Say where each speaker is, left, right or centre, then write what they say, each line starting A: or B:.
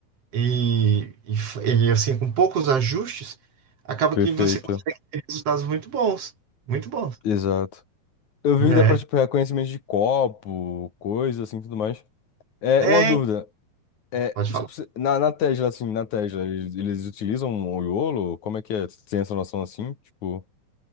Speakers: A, on the right; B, on the left.
A: e, e, f- e, assim, com poucos ajustes, acaba
B: Perfeita.
A: que você consegue ter resultados muito bons, muito bons,
B: Exato. Eu
A: né?
B: vi que dá pra, tipo, reconhecimento de copo, coisa assim, tudo mais. É,
A: É,
B: uma dúvida. É,
A: pode falar.
B: tipo, cê- na, na Tesla, assim, na Tesla, eles, eles utilizam o YOLO? Como é que é? Cê Tem essa noção assim? Tipo,